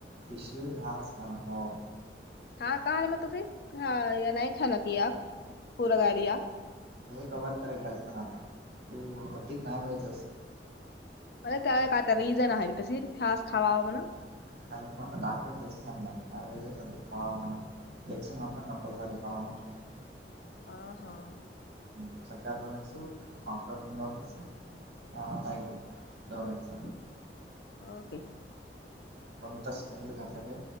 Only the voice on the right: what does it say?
फिश ह हो.
हे कबर तरकडा पण आता अधिक नाॉन वहेज असस <unintelligible>
<unintelligible> डॉक्टर त्याचे सांगणार <unintelligible> <unintelligible>
<unintelligible> हा हा येतो दोघांनच.
कोणता स्मेल घातला काय,